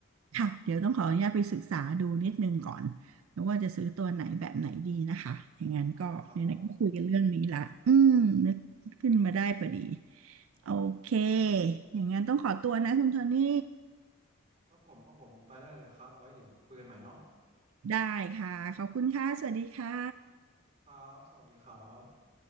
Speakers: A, on the right; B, on the right.
A: ค่ะเดี๋ยวต้องขออนุญาตไปศึกษาดูนิดนึงก่อนว่าจะซื้อตัวไหนแบบไหนดีนะคะอย่างนั้นก็ไหนๆก็คุยกันเรื่องนี้ละอืมนึกขึ้นมาได้พอดี
B: เอาเลยครับผม
A: โอเคอย่างนั้นต้องขอตัวนะคุณโทนี่
B: ครับผม ครับผม ไปได้เลยครับ ไว้เดี๋ยวคุยกันใหม่เนาะ
A: ได้ค่ะขอบคุณค่ะสวัสดีค่ะ
B: ครับ สวัสดีครับ